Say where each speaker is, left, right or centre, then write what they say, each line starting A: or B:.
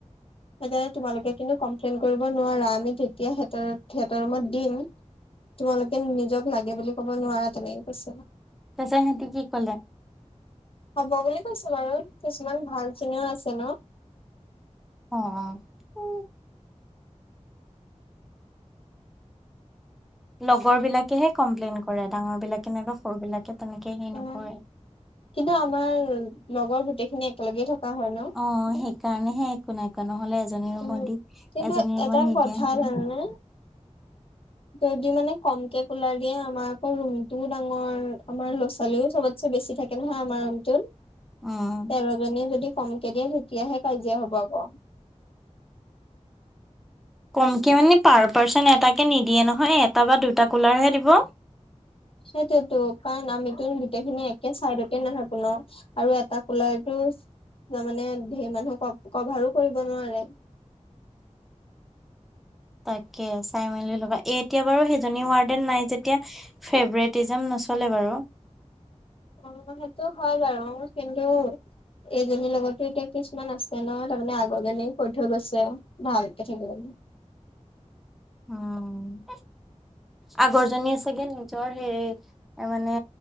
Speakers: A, on the left; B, in the centre.
A: সেইকাৰণে তোমালোকে কিন্তু কমপ্লেইন কৰিব নোৱাৰা আমি যেতিয়া স সিহট ৰুমত দিম। তোমালোকে নিজক লাগে বুলি কব নোৱাৰা তেনেকে কৈছ।
B: পিছে সেহতি কি ক'লে?
A: হ'ব বুলি কৈছো বাৰু কিছুমান ভাল চিনিও আছে ন।
B: অ উ লগৰ বিলাকেহে কমপ্লেইন কৰে ডাঙৰ বিলাকে নাইবা সৰু বিলাকে। তেনেকে হেৰি নকৰে
A: অ' কিন্তু আমাৰ লগৰ গোটেইখিনি একেলগেই থকা হয় ন।
B: অ সেইকাৰণেহে একো নাই নহলে এজনী ৰুমত
A: উম
B: দি
A: কিন্তু
B: এজনী ৰুমত
A: এটা
B: নিদিয়াহেতেন
A: কথা জানানে যদি মানে কমকে কলাৰ দিয়ে আমাৰ আকৌ ৰুমটোও ডাঙৰ আমাৰ ল ৰা চোৱালিও চবতচে বেছি থাকে নহয় আমাৰ অটো তেৰজনীয়ে
B: উম
A: যদি কমকে দিয়া। তিয়াহে কাজিয়া হ'ব আকৌ
B: কমকে মানে পাৰ পাৰ্চন এটাকে নিদিয়ে নহয় এটা বা দুটা কুলাৰহে দিব।
A: সেইটোতো কাৰণ আমিত গোটেইখিনি একে চাইডতে নাথাকো। ন আৰু এটা কুলাৰটো তাৰমানে ধেই মানুহ ক কভাৰো কৰিব নোৱাৰে। <inaudible>
B: তাকে চাই মেলি লগা এ এতিয়া বাৰু সেইজনী ৱাৰড। ন নাই যদি ফেভেৰেতদিজম নচলে বাৰু
A: অ' সেইটো হয় বাৰু কিন্তু। এইজনীৰ লগতো এতিয়া কিছুমান আছে ন তাৰমানে আগ জনী কৈ থৈ গৈছে ভালকে থাকিব। <inaudible>
B: উম, আগৰ জনীযে চাগে নিজৰ সেই মানে